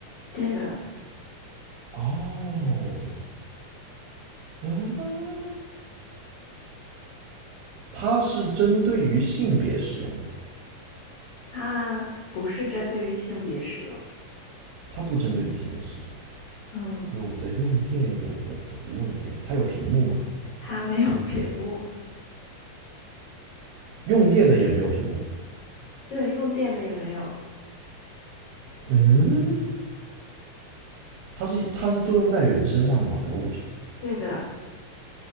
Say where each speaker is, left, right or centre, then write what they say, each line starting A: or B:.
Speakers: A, on the left; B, on the right.
A: 对的，
B: 哦，啊，它是针对于性别使用的吗？
A: 它不是针对于性别使用的，
B: 它不针对于性别使用。
A: 嗯，
B: 有的用电，有的不用电。它有屏幕吗？
A: 它没有屏幕，
B: 用电的也没有屏幕。
A: 对，用电的也没有，
B: 嗯，它是它是作用在人身上的吗？这个物品
A: 对的，